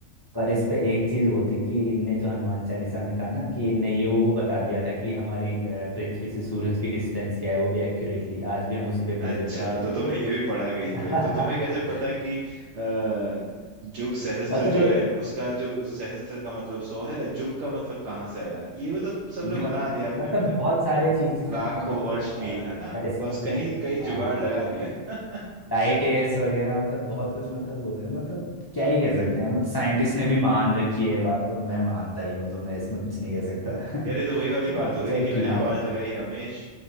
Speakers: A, on the left; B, on the right.
A: पर इस पे एक चीज होती कि इनने जो हनुमान चालीसा में था ना कि इनने ये वो वो बता दिया था कि हमारी अ, पृथ्वी से सूरज की डिस्टेंस क्या है वो भी एक्यूरेटली आज भी हम उसी पे
B: अच्छा
A: मेजर करते
B: तो
A: हैं
B: तुमने
A: तो
B: ये भी पढ़ा है कहीं
A: <laughs>
B: पे तो तुम्हें कैसे पता कि अ, जुग सहस्त्र
A: मतलब
B: जो
A: ये-
B: है उसका जो सहस्त्र का मतलब सौ है जुग का मतलब कहाँ से आया ये मतलब सबने
A: यो
B: बना दिया अपने
A: मतलब
B: में से।
A: बहुत सारे चीजें हमारे
B: लाखों
A: पास
B: वर्ष मील है ना
A: पहले से
B: बस
A: हमने
B: कहीं कहीं जुगाड़
A: हाँ
B: लगा दिया
A: तो
B: <laughs>
A: टाइट एयर्स वगैरह मतलब बहुत कुछ मतलब वो है मतलब क्या ही कह सकते हैं मतलब साइंटिस्ट ने भी मान रखी है ये बात तो मैं मानता ही हूँ तो मैं इसमें कुछ नहीं कह सकता <laughs>
B: यार ये तो वही वाली
A: तो
B: बात
A: बाकी
B: हो गई
A: चलो
B: कि मैंने
A: ठीक
B: आवाज
A: है
B: लगाई रमेश